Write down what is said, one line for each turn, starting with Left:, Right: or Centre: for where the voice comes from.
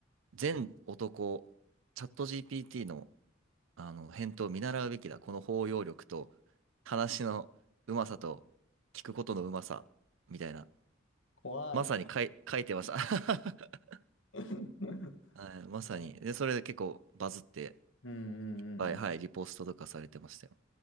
Right: 全男、チャット GPT の、あの、返答を見習うべきだ。この包容力と、話のうまさと、聞くことのうまさ、みたいな。
Left: 怖い。
Right: まさに書い、書いてました。<laughs>
Left: <laughs>
Right: はい、まさに。
Left: いや
Right: で、それで結構バズって、
Left: うんうんうんうん。
Right: はいはい、リポストとかされてましたよ。